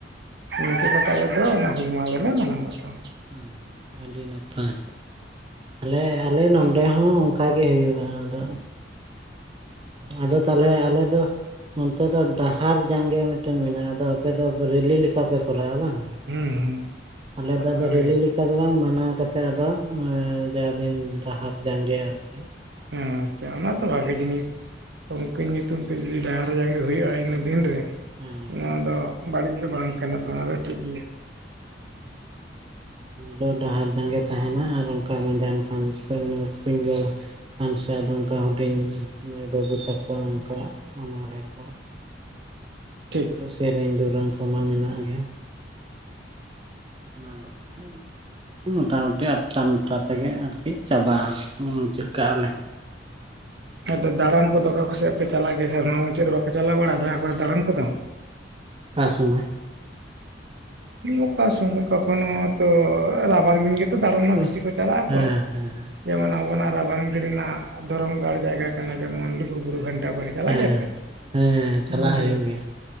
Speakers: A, on the right (about 65°); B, on the right (about 30°).
A: ᱱᱤᱝᱠᱟᱹ ᱠᱟᱛᱮ ᱟᱞᱮ ᱫᱚ ᱚᱱᱟ ᱦᱩᱞ ᱢᱟᱦᱟ ᱜᱮᱞᱮ ᱢᱟᱱᱟᱣ ᱛᱷᱳ
B: ᱦ ᱟᱹᱰᱤ ᱱᱟᱯᱟᱭ ᱟᱞᱮ ᱟᱞᱮ ᱱᱚᱰᱮ ᱦᱚᱸ ᱚᱱᱠᱟᱟᱜᱮ ᱦᱩᱭᱩᱜᱼᱟ ᱟᱫᱚ ᱟᱫᱚ ᱛᱟᱦᱚᱞᱮ ᱟᱞᱮ ᱫᱚ ᱚᱱᱛᱮ ᱫᱚ ᱰᱟᱦᱟᱨ ᱡᱟᱸᱜᱮ ᱢᱤᱫᱴᱮᱱ ᱢᱮᱱᱟᱜᱼᱟ ᱟᱫᱚ ᱟᱯᱮ ᱫᱚ ᱨᱮᱤᱞᱤ ᱞᱮᱠᱟᱯᱮ ᱠᱚᱨᱟᱣᱟ ᱵᱟᱝ᱾
A: ᱦᱩᱸ
B: ᱟᱞᱮ
A: ᱦᱩᱸ
B: ᱫᱚ ᱟᱫᱚ
A: ᱦᱳᱭ
B: ᱨᱮᱤᱞ ᱞᱮᱠᱟ ᱫᱚ ᱵᱟᱝ ᱢᱟᱱᱟᱣ ᱚᱱᱟ ᱠᱟᱛᱮᱜ ᱟᱫᱚ ᱡᱟᱫᱤᱱ ᱰᱟᱦᱟᱨ ᱡᱟᱸᱜᱮ ᱟᱨᱠᱤ
A: ᱟᱪᱪᱷᱟ ᱚᱱᱟ ᱛᱚ ᱵᱷᱟᱜᱮ ᱡᱤᱱᱤᱥ ᱩᱱᱠᱤᱱ ᱧᱩᱛᱩᱢ ᱡᱩᱫᱤ ᱰᱟᱦᱟᱨ ᱡᱟᱸᱜᱮ ᱦᱩᱭᱩᱜ-ᱟ ᱤᱱᱟᱹ ᱫᱤᱱ ᱨᱮ
B: ᱦᱮᱸ
A: ᱱᱚᱣᱟ ᱫᱚ ᱵᱟᱹᱲᱤᱡ ᱫᱚ ᱵᱟᱝ ᱠᱟᱱᱟ ᱛᱚ ᱚᱱᱟ ᱫᱚ ᱴᱷᱤᱠ ᱜᱮᱭᱟ᱾
B: ᱦᱮᱸ ᱰᱟᱦᱟᱨ ᱡᱟᱝᱜᱮ ᱛᱟᱦᱮᱱᱟ ᱟᱨ ᱚᱱᱠᱟ ᱢᱟᱸᱡᱟᱱ ᱟᱠᱟᱱ ᱥᱮ ᱥᱤᱸᱜᱟᱹᱲ ᱟᱠᱟᱱ ᱥᱮ ᱟᱫᱚ ᱚᱱᱠᱟ ᱦᱩᱰᱤᱧ ᱢᱟᱹᱭ ᱵᱟᱹᱵᱩ ᱛᱟᱠᱚᱣᱟ ᱚᱱᱠᱟ ᱚᱱᱚᱬᱦᱮᱸ ᱠᱚᱸ ᱛᱟᱨᱯᱚᱨᱮ
A: ᱴᱷᱤᱠ
B: ᱥᱮᱨᱮᱧ ᱫᱩᱨᱟᱹᱝ ᱠᱚᱢᱟ ᱢᱮᱱᱟᱜ ᱜᱮ᱾ <unintelligible> ᱠᱟᱛᱮ ᱢᱳᱴᱟᱢᱩᱴᱤ ᱟᱴᱴᱟ ᱱᱚᱴᱟ ᱛᱮᱜᱮ ᱟᱨᱠᱤ ᱪᱟᱵᱟᱜ-ᱟ ᱢᱩᱪᱟᱹᱫ ᱠᱟᱜ-ᱟ ᱞᱮ
A: ᱟᱫᱚ ᱫᱟᱬᱟᱱ ᱠᱚᱫᱚ ᱚᱠᱟ ᱚᱠᱚ ᱥᱮᱫ ᱯᱮ ᱪᱟᱞᱟᱜ ᱜᱮᱭᱟ ᱥᱮ ᱢᱩᱪᱟᱹᱫ ᱨᱮ ᱵᱟᱯᱮ ᱪᱟᱞᱟᱣ ᱵᱟᱲᱟᱜ-ᱟ ᱡᱟᱦᱟᱸ ᱠᱚᱨᱮ ᱫᱟᱬᱟᱱ ᱠᱚᱫᱚ᱾
B: ᱚᱠᱟ ᱥᱚᱢᱚᱭ
A: ᱚᱠᱟ ᱥᱚᱢᱚᱭ ᱠᱚᱠᱷᱚᱱᱳ ᱛᱚ ᱨᱟᱵᱟᱝ ᱫᱤᱱ ᱜᱮ ᱫᱟᱬᱟᱱ ᱢᱟ
B: ᱦᱮᱸ
A: ᱵᱮᱥᱤ ᱠᱚ ᱪᱟᱞᱟᱜ-ᱟ
B: ᱦᱮᱸ
A: ᱠᱚ ᱡᱮᱢᱚᱱ ᱟᱵᱚᱱᱟᱜ ᱨᱟᱵᱟᱝ ᱫᱤᱱ ᱨᱮᱱᱟᱜ ᱫᱷᱚᱨᱚᱢ ᱜᱟᱲ ᱡᱟᱭᱜᱟ ᱠᱟᱱᱟ ᱡᱮᱢᱚᱱ ᱞᱩᱜᱩᱵᱩᱨᱩ ᱜᱷᱟᱱᱴᱟ ᱴᱟ ᱵᱟᱹᱲᱮ ᱪᱟᱞᱟᱜ
B: ᱦᱮᱸ
A: ᱜᱮᱭᱟᱯᱮ
B: ᱦᱮᱸ ᱪᱟᱞᱟᱜ
A: ᱦᱩᱸ
B: ᱦᱩᱭᱩᱜ ᱜᱮᱭᱟ